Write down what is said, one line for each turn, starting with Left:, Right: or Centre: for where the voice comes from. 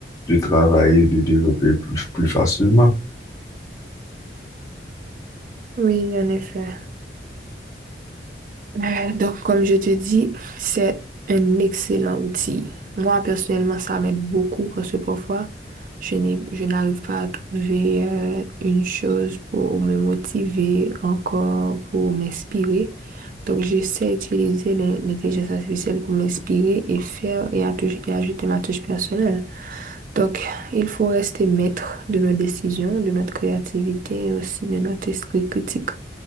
Left: de travailler, de développer plus, plus facilement.
Right: Oui, en effet. Euh, Donc, comme je te dis, c'est un excellent outil. Moi, personnellement, ça m'aide beaucoup parce que parfois, je n'ai, je n'arrive pas à trouver euh, une chose pour me motiver, encore pour m'inspirer. Donc, j'essaie d'utiliser l'in- l'intelligence artificielle pour m'inspirer et faire et attou- et ajouter ma touche personnelle. Donc, il faut rester maître de nos décisions, de notre créativité et aussi de notre esprit critique.